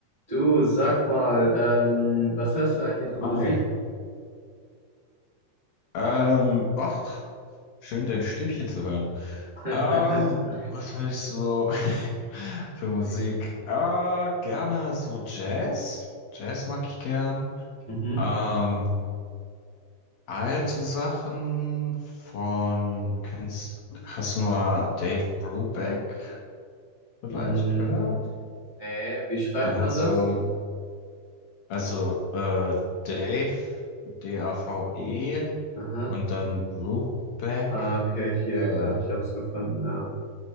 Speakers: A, on the right; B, on the left.
A: Du, sag mal, ähm, was hörst du eigentlich für Musik?
B: Hi. Ähm, ach, schön dein Stimmchen zu hören.
A: <laughs>
B: Ähm, was höre ich so <laughs> für Musik? Äh, gerne so Jazz. Jazz mag ich gern.
A: Mhm.
B: Ähm, alte Sachen von, kennst, hast du mal Dave Brubeck vielleicht
A: Mm,
B: gehört?
A: Nee, wie schreibt
B: Der hat
A: man
B: so,
A: das?
B: also, äh, Dave, D-A-V-E
A: Aha.
B: und dann Brubeck.
A: Ah, okay, hier,
B: Äh,
A: glaube ich, hab's gefunden, ja.